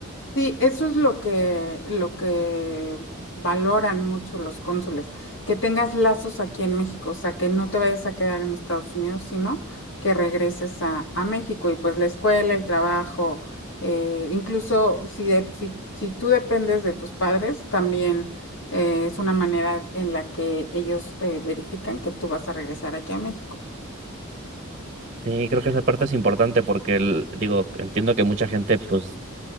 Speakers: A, on the left; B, on the right.
A: Sí, eso es lo que, lo que valoran mucho los cónsules, que tengas lazos aquí en México, o sea, que no te vayas a quedar en Estados Unidos, sino que regreses a, a México y pues la escuela, el trabajo, eh, incluso si, de- si, si tú dependes de tus padres, también eh, es una manera en la que ellos eh, verifican que tú vas a regresar aquí a México.
B: Sí, creo que esa parte es importante porque el- digo, entiendo que mucha gente pues